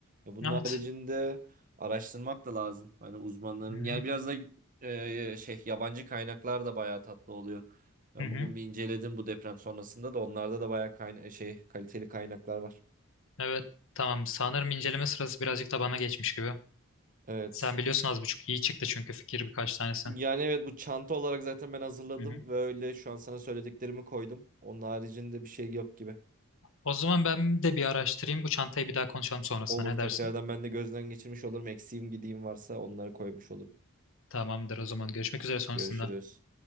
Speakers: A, on the right (about 40°); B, on the left (about 65°).
A: Ya bunun
B: Evet.
A: haricinde araştırmak da lazım. Hani uzmanların
B: Hı hı.
A: yani biraz da e, şey yabancı kaynaklar da bayağı tatlı oluyor. Ben
B: Hı hı.
A: bugün bir inceledim bu deprem sonrasında da onlarda da bayağı kayna şey kaliteli kaynaklar var.
B: Evet. Tamam. Sanırım inceleme sırası birazcık da bana geçmiş gibi.
A: Evet.
B: Sen biliyorsun az buçuk iyi çıktı çünkü fikir birkaç tanesi.
A: Yani evet bu çanta olarak zaten ben hazırladım
B: Hı hı.
A: ve öyle şu an sana söylediklerimi koydum. Onun haricinde bir şey yok gibi.
B: O zaman ben de bir araştırayım. Bu çantayı bir daha konuşalım sonrasında.
A: Olur
B: Ne
A: tekrardan
B: dersin?
A: ben de gözden geçirmiş olurum. Eksiğim gideyim varsa onları koymuş olurum.
B: Tamamdır o zaman. Görüşmek üzere sonrasında.
A: Görüşürüz.